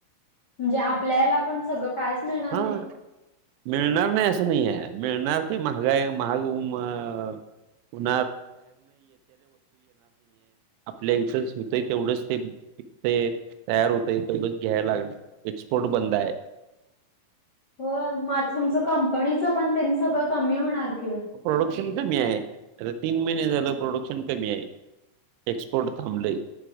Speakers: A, on the left; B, on the right.
A: म्हणजे आपल्याला पण सगळं. कायच मिळणार
B: होय.
A: नाही.
B: <unintelligible> <unintelligible> आपल्या इचच होतय तेवढंच ते. ते तयार होते तेढच घ्या लागणार एक्सपोर्ट बंद आहे.
A: हो मात तुमचं कंपनीच पण त्यांनी सगळं कमी होणार कि?
B: प्रोडक्शन कमी आहे आता तीन महिने झालं प्रोडक्शन कमी आहे. एक्सपोर्ट थांबले.